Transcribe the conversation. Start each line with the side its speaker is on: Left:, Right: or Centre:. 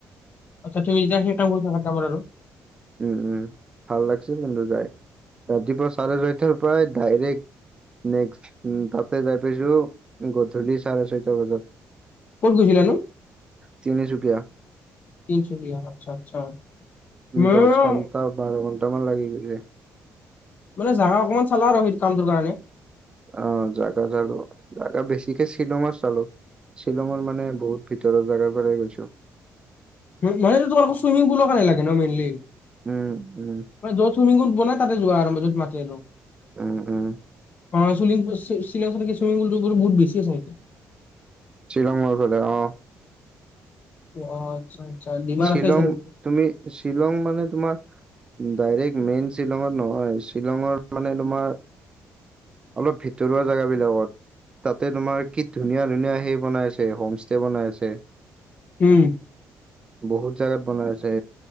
Left: আচ্ছ তুমি যা সেই কা তামাৰ আৰু
Right: উম উম ভাল লাগছে কিন্তু যাই ৰাতিপুৱা চাৰে ছয়টাৰ পৰাায় ডাইৰেক্ট নেক্সট উ তাতে যাই পাইছো গধূলি চাৰে ছয়টা বজাত
Left: ক'ত গৈছিলা নো
Right: তিনি চুকীয়া
Left: <unintelligible> অ', আচ্ছা আচ্ছা।
Right: উম,
Left: মইও
Right: দশ ঘণ্টা, বাৰ ঘণ্টা মান লাগি গৈছে।
Left: মানে জেগা অকমান চালা আৰু সেইটো কামটোৰ কাৰণে।
Right: অ', জাগা চালো, জাগা বেছিকে শ্বিলংৰ চালো। শ্বিলঙৰ মানে বহুত ভিতৰৰ জেগাৰ পৰাই গৈছো।
Left: মানে য়াতেতো তোমোক ছুইমিং পুলৰ কাৰণে লাগে ন মেইলি?
Right: উম, উম,
Left: মানে য'ত ছুইমিং পুল বনাই তাতে যোৱা আৰম্ভ য'ত মাতে ন'।
Right: উম, উম,
Left: অ', শ্বিলং চাইডে ছুইমিং পুলটো বহুত বেছি আছে নেকি?
Right: শ্বিলঙৰ ফালে অ',
Left: অ', আচ্ছা আচ্ছা, নিমাৰ
Right: শ্বিলং
Left: আছে সেই চাইডতে।
Right: তুমি, শ্বিলং মানে তোমাৰ ডাইৰেক্ট মেইন শ্বিলঙত নহয়, শ্বিলঙৰ মানে তোমাৰ অলপ ভিতৰুৱা জেগা বিলাকত, তাতে তুমাৰ কি ধুনীয়া ধুনীয়া সেই বনাই আছে হোম ষ্টে বনাই আছে,
Left: উম
Right: বহুত জেগাত বনাই আছে।